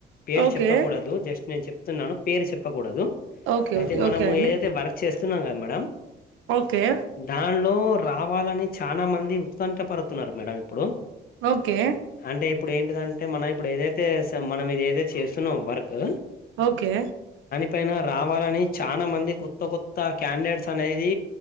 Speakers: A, on the left; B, on the right.
A: పేరు
B: ఓకే
A: చెప్పకూడదు జస్ట్ నేను చెప్తున్నాను పేరు చెప్పకూడదు.
B: ఓకే
A: అయితే
B: ఓకే
A: మనము
B: ఓకే అండి
A: ఏదైతే వర్క్ చేస్తున్నాం కదా మేడమ్
B: ఓకే
A: దాన్ ట్లో రావాలని చాలా మంది ఉత్కంఠ పడుతున్నారు మేడం ఇప్ ప్పుడు
B: ఓకే
A: అంటే ఇప్పుడు ఏంటిదంటే మనం ఇప్పుడు ఏదైతే మనం ఇది ఏదో చేస్తు న్నాం వర్కు
B: ఓకే
A: పెనా రావాలని చానా మంది కొత్త కొత్త క్యాండేట్స్ అనేది